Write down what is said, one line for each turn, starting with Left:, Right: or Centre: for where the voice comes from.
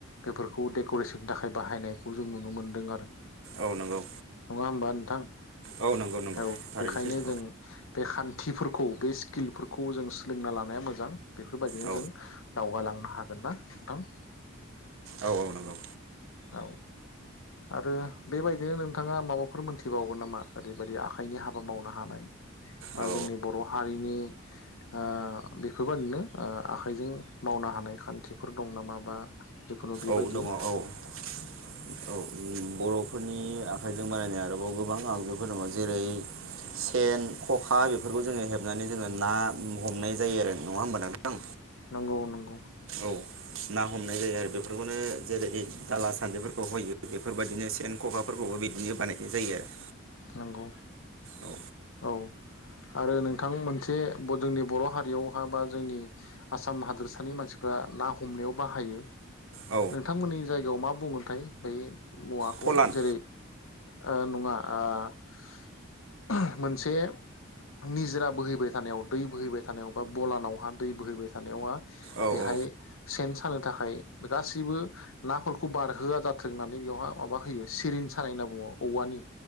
Left: बेफोरखौ डकरेसननि थाखाय। बाहायनायखौ जों नुनो मोन्दों आरो।
Right: औ नंगौ।
Left: नङा होमबा नोंथां।
Right: औ नंगौ नंगौ
Left: औ
Right: थारैनो
Left: बेखायनो
Right: सैथो
Left: जों बे खान्थिफोर खौ बे स्किलफोरखौ जों सोलोंना लानाया मोजां बेफोरबायदिनो
Right: औ
Left: जों। दावगालांनो हागोन ना नोंथां।
Right: औ औ नंगौ।
Left: औ आरो बेबायदिनो नोंथाङा माबाफोर मोनथिबावगोन नामा ओरैबायदि आखाइनि हाबा मावनो हानाय बा
Right: औ
Left: जोंनि बर हारिनि ओ बेफोरबायादिनो ओ। आखाइजों मावनो हानाय खान्थिफोर दं नामा बा। जिखुनु बेबायदि
Right: औ दङ औ औ बरफोरनि आखाइ। जों बानायनाय आरोबाव गोबां आगजुफोर दङ जेरै सेन खखा बेफोरखौ जोंङो हेबनानै जोंङो ना हमनाय जायो आरो नङा होनबा नोंथां।
Left: नंगौ नंगौ।
Right: औ ना हमनाय जायो आरो बेफोरखौनो जेरै दाला सान्द्रिफोरखौ होयो बेफोरबायदिनो सेन खखाफोरखौबो बिदिनो बानायनाय जायो आरो।
Left: नंगौ
Right: औ
Left: औ आरो नोंथां मोनसे जोंनि बर हारियावहा बा जोंनि आसाम हादोरसानि मानसिफ्रा ना हमनायाव बाहायो।
Right: औ
Left: नोंथांमोननि जायगायाव माब बुंगोनथाय बे। मुवाखौ
Right: फलान
Left: जेरै। ओ नङा। ओ मोनसे निजोरा बोहैबाय थानायाव दै बोहैबाय थानायाव बा बलानावहा दै बोहैबाय थानायावहा
Right: औ
Left: बेहाय
Right: औ
Left: सेन सानो थाखाय बे गासैबो नाफोरखौ बारहोआ जाथों होननानै बेवहा माबा होयो सिरिन सानाय होनना बुङो औवानि।